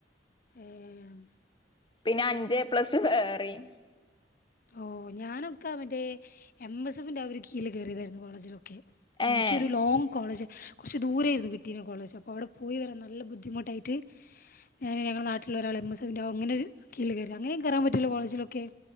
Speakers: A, on the left (about 55°); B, on the left (about 25°).
A: ഏഹ്
B: പിന്നെ അഞ്ച് എ പ്ലസ് വേറെയും
A: ഓഹ് ഞാനൊക്കെ മറ്റേ എം എസ് എഫിന്റെ ആ ഒരു കീയിൽ കയറിയതായിരുന്നു കോളേജിലൊക്കെ എനിക്കൊരു
B: ഏഹ്
A: ലോങ്ങ് കോളേജ് കുറച്ച് ദൂരേയിരുന്നു കിട്ടിനെ കോളേജ്. അപ്പ അവിടെ പോയി വരാൻ നല്ല ബുദ്ധിമുട്ടായിട്ട്. ഞാന് ഞങ്ങളെ നാട്ടിലുള്ള ഒരാള് എം എസ് എഫിന്റെ ഓഹ് അങ്ങനൊരു കീഴില് കേറിയതാ അങ്ങനേം കേറാം പറ്റുല്ലോ കോളേജിലൊക്കെ.